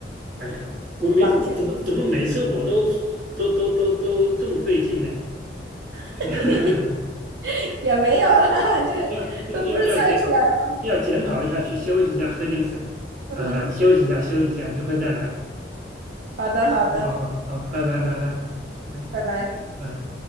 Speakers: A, on the right; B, on the right.
A: 哎呀，我没怎么怎么每次我都
B: 棒，挺棒
A: 都都都都这么费劲呢？
B: <laughs>
A: <laughs>
B: <laughs> 也没有啦，<laughs> 就是都不是猜出来的吗？
A: 要要要要检要检讨一下，去休息一下，喝点水啊，
B: <laughs> 嗯，
A: 休息一下，休息一下，一会再来。
B: 好的，好的，
A: 好好好，好，拜拜拜拜，喂。
B: 拜拜。
A: 拜。